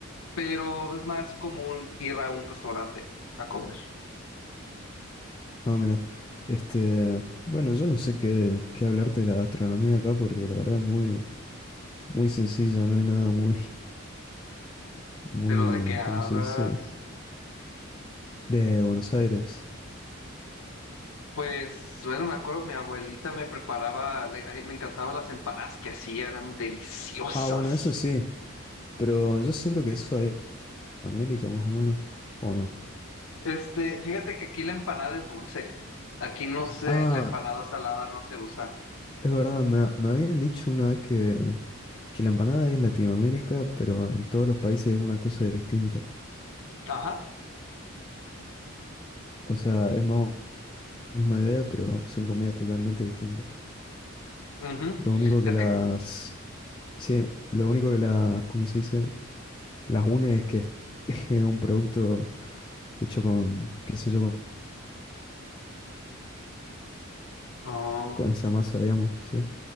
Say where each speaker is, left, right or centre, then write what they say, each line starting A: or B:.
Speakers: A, on the left; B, on the left.
A: pero es más común ir a un restaurante a comer.
B: Ah, mira. Este, bueno, yo no sé qué, qué hablarte de la gastronomía acá porque la verdad es muy, muy sencilla, no hay nada muy muy,
A: ¿Pero de qué hablas?
B: ¿cómo se dice? De Buenos Aires.
A: Pues, bueno, me acuerdo, mi abuelita me preparaba, le- a mí me encantaban las empanadas que hacía, eran deliciosas.
B: Ah, bueno, eso sí, pero yo siento que eso hay en América, más o menos, ¿o no?
A: Este, fíjate que aquí la empanada es dulce. Aquí no sé,
B: Ah,
A: la empanada salada no se usa.
B: es verdad, me, me habían dicho una vez que, que la empanada es en Latinoamérica, pero en todos los países es una cosa distinta.
A: Ajá.
B: O sea, es más o menos la misma idea, pero son comidas totalmente distintas.
A: ujú.
B: Lo único
A: Es
B: que las...
A: que,
B: Sí, lo único que las, ¿cómo se dice? Las une es que es <laughs> es un producto hecho con, qué sé yo, con,
A: oh,
B: con esa masa, digamos, ¿sí?